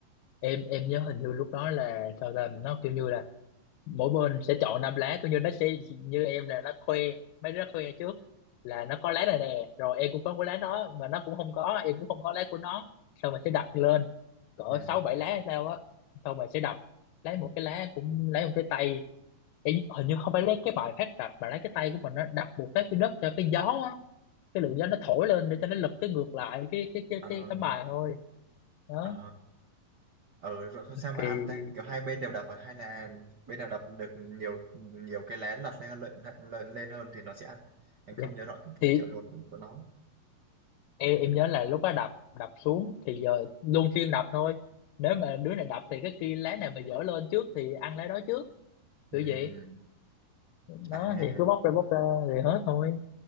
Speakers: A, on the left (about 80°); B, on the right (about 55°).
A: em em nhớ hình như lúc đó là sao ta nó kiểu như là mỗi bên sẽ chọn năm lá kiểu như nó sẽ như em là nó khoe mấy đứa khoe trước là nó có lá này nè rồi em cũng có cái lá đó mà nó cũng không có em cũng không có lá của nó xong mà sẽ đặt lên cỡ
B: ừ.
A: sáu bảy lá hay sao á xong mà sẽ đập lấy một cái lá cũng lấy một cái tay em hình như không phải lấy cái bài phát đập mà lấy cái tay của mình nó đập một phát trên đất cho cái gió á cái lượng gió nó thổi lên để cho nó lật cái ngược lại cái cái cái
B: Ờ,
A: cái tấm bài thôi đó
B: ờ. ừ rồi sao mà
A: thì
B: ăn ta kiểu hai bên đều đập à? hay là bên nào đập được nhiều nhiều cái lá lật lên hơn lên, lên, lên hơn thì nó sẽ ăn anh không
A: dạ.
B: nhớ rõ cái,
A: thì
B: cái kiểu luật của nó
A: em em nhớ là lúc đó đập đập xuống thì giờ luân phiên đập thôi nếu mà đứa này đập thì cái kia lá này mà dở lên trước thì ăn lá đó trước
B: Ừm,
A: kiểu vậy nó
B: à
A: thì cứ bóc ra bóc ra thì hết thôi